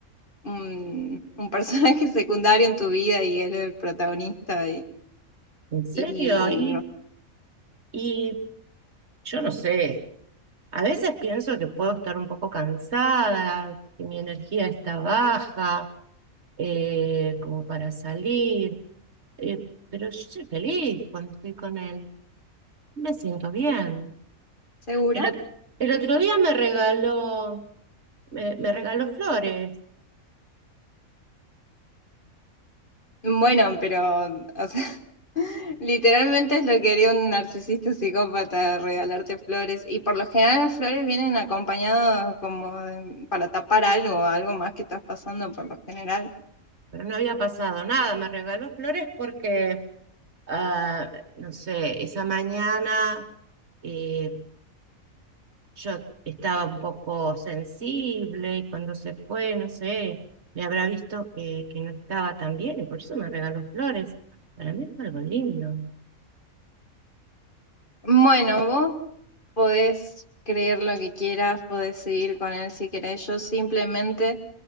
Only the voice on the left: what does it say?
un, un personaje <laughs> secundario en tu vida y él el protagonista y,
y
no,
¿segura?
Bueno, pero, o sea, Literalmente es lo que haría un narcisista psicópata, regalarte flores. Y por lo general las flores vienen acompañadas como de- para tapar algo, algo más que estás pasando por lo general.
Bueno, vos podés creer lo que quieras, podés seguir con él si querés. Yo simplemente